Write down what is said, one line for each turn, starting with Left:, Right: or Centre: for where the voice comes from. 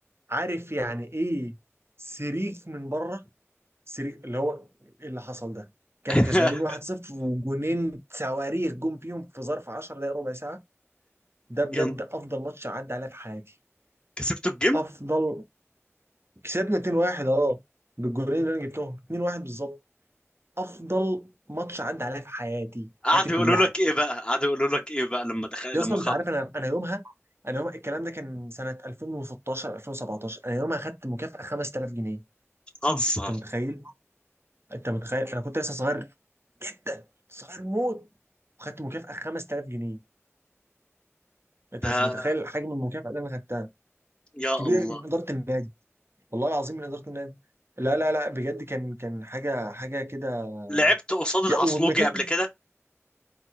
Right: عارف يعني ايه سريك من بره سريك اللي هو إيه اللي حصل ده كانوا
Left: <laughs>
Right: كسبانين 1-0 وجونين صواريخ جم فيهم في ظرف 10 دقايق ربع ساعه ده بجد
Left: يلا،
Right: افضل ماتش عدى عليا في حياتي
Left: كسبتوا الجيم
Right: افضل كسبنا 2-1 اه بالجولين اللي انا جبتهم 2-1 بالظبط افضل ماتش عدى عليا في حياتي حياتي
Left: قعدوا
Right: كلها
Left: يقولوا لك ايه بقى قعدوا يقولوا لك ايه بقى لما دخل
Right: يا
Left: لما
Right: اسطى انت
Left: خ-
Right: عارف انا انا يومها انا يوم الكلام ده كان سنه 2016 2017 انا يومها خدت مكافاه 5000 جنيه
Left: هزر
Right: انت متخيل انت متخيل انا كنت لسه صغير جدا صغير موت وخدت مكافاه 5000 جنيه انت
Left: ده
Right: مش متخيل حجم المكافاه اللي انا خدتها
Left: يا الله
Right: كبيره من اداره النادي والله العظيم من اداره النادي لا لا لا بجد كان كان حاجه حاجه كده
Left: لعبت قصاد العصلوجي
Right: يا- والمكان
Left: قبل كده